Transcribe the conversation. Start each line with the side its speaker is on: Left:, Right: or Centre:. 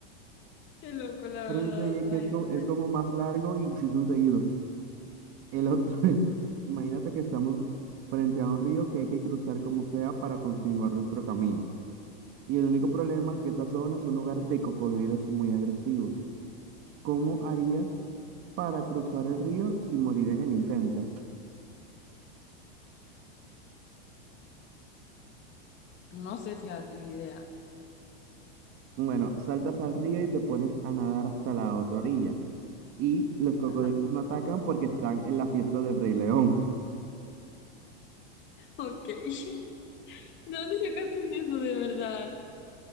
Left: <laughs> Qué loco, la verdad.
Right: pero eso te digo que
Left: Ay,
Right: es como,
Left: no,
Right: es
Left: a ver.
Right: como más largo y, si son seguidos. El otro <laughs> es, imagínate que estamos frente a un río que hay que cruzar como sea para continuar nuestro camino. Y el único problema es que esa zona es un lugar de cocodrilos muy agresivos. ¿Cómo harías para cruzar el río sin morir en el intento?
Left: No sé, fíjate, ni idea.
Right: Bueno, saltas al río y te pones a nadar hasta la otra orilla. Y los cocodrilos
Left: Ajá.
Right: no atacan porque están en la fiesta del Rey León.
Left: Ok. <laughs> ¿De dónde sacaste eso de verdad?